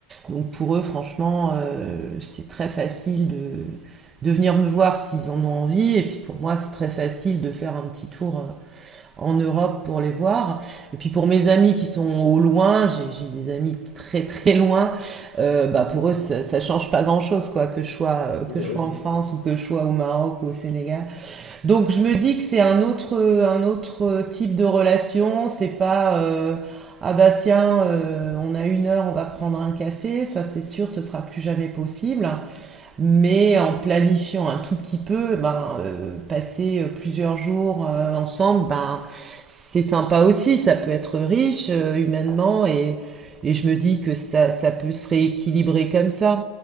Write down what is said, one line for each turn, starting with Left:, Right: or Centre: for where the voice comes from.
Right: Donc pour eux, franchement, euh, c'est très facile de, de venir me voir s'ils en ont envie. Et puis pour moi, c'est très facile de faire un petit tour euh, en Europe pour les voir. Et puis pour mes amis qui sont au loin, j'ai j'ai des amis très très loin, euh, bah pour
Left: Mhm.
Right: eux, ça, ça change pas grand-chose, quoi, que je sois, euh,
Left: Ouais,
Right: que je
Left: ouais,
Right: sois en France
Left: c'est-
Right: ou que je sois au Maroc ou au Sénégal. Donc je me dis que c'est un autre, un autre type de relation, c'est pas euh, ah bah tiens, euh, on a une heure, on va prendre un café, ça c'est sûr, ce sera plus jamais possible. Mais en planifiant un tout petit peu, ben, euh, passer euh, plusieurs jours euh, ensemble, ben, c'est sympa aussi, ça peut être riche euh, humainement et, et je me dis que ça, ça peut se rééquilibrer comme ça.